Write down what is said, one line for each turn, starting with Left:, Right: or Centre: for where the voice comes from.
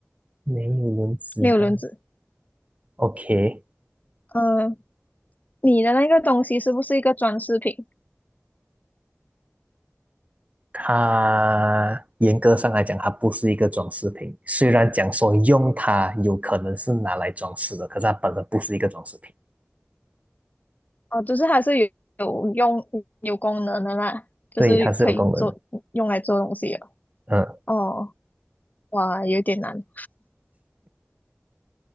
Right: 没有轮子哈。
Left: 没有轮子。
Right: OK，
Left: 呃，你的那个东西是不是一个装饰品？
Right: 它严格上来讲，它不是一个装饰品。虽然讲说用它有可能是拿来装饰的，可是它本身不是一个装饰品。
Left: 哦，就是还是有有用有功能的啦，就是可以做用来做东西的。
Right: 对，它是有功能的。嗯，
Left: 哦，哇，有点难，